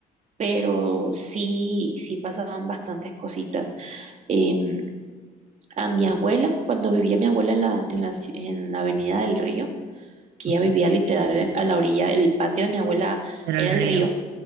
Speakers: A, on the right; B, on the right.
A: Pero sí, sí pasaban bastantes cositas. Em, a mi abuela, cuando vivía mi abuela en la, en la ci- en la Avenida del Río, que
B: Ujú.
A: ella vivía literal a la orilla, el patio de mi abuela
B: Era
A: era
B: el río.
A: el río,